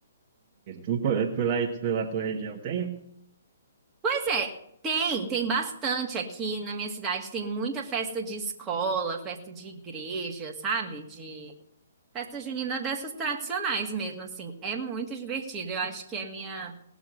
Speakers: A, on the right (about 35°); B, on the right (about 20°).
A: Tu por por lá e tu pela tua região tem?
B: Pois é, tem, tem bastante aqui na minha cidade. Tem muita festa de escola, festa de igreja, sabe? De festa junina dessas tradicionais mesmo, assim. É muito divertido. Eu acho que é minha,